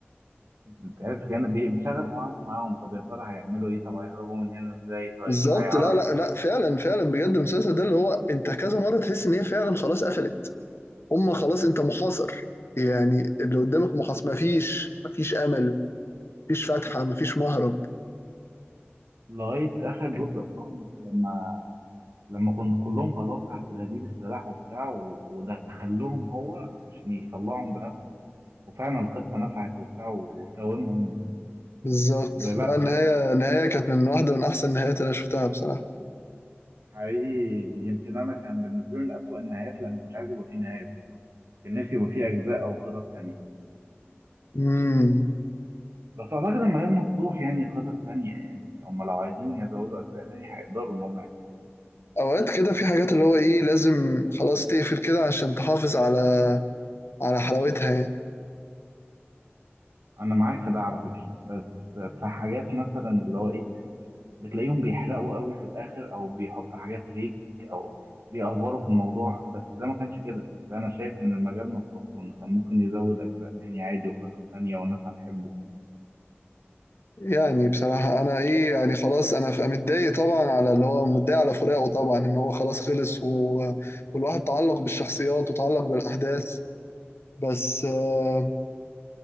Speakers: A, on the right; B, on the left.
A: بتحس كأن بي- بتشغل دماغك معاهم طب يا ترى هيعملوا إيه طب هيهربوا من هنا إزاي طيب
B: بالظبط
A: هيعرف
B: لا لا لا فعلا فعلا بجد المسلسل ده اللي هو أنت كذا مرة تحس إن هي فعلا خلاص قفلت هم خلاص انت محاصر يعني اللي قدامك محاصر مفيش مفيش امل مفيش فتحة مفيش مهرب
A: لغاية آخر جزء خالص لما لما كنت كلهم خلاص تحت تهديد السلاح وبتاع و- ودخلهم هو عشان يطلعهم بنفسه وفعلا الخطة نفعت وبتاع وساومهم
B: بالظبط
A: ب- لا
B: لا
A: بجد
B: النهاية النهاية كانت من واحدة من أحسن النهايات اللي أنا شفتها بصراحة
A: حقيقي يمكن أنا كان بالنسبة لي من أسوأ النهايات لأن كنت عايز يبقى فيه نهاية بصراحة كان نفسي يبقى فيه أجزاء أو خطط تانية
B: امم
A: بس أعتقد المجال مفتوح يعني خطط تانية يعني هم لو عايزين يزودوا أجزاء تانية هيقدروا إن هم يعملوا
B: أوقات كده في حاجات اللي هو إيه لازم خلاص تقفل كده عشان تحافظ على على حلاوتها يعني
A: أنا معاك في ده على فكرة بس في حاجات مثلا اللي هو إيه بتلاقيهم بيحرقوا قوي في الاخر او بيحطوا حاجات فيك او بيأفوروا في الموضوع بس ده ما كانش كده ده انا شايف ان المجال مفتوح له إنه كان ممكن يزود اجزاء تاني عادي وخطط تانية والناس هتحبه
B: يعني بصراحة أنا إيه يعني خلاص أنا ف- متضايق طبعا على اللي هو متضايق على فراقه طبعا إن هو خلاص خلص و... والواحد تعلق بالشخصيات وتعلق بالأحداث بس آه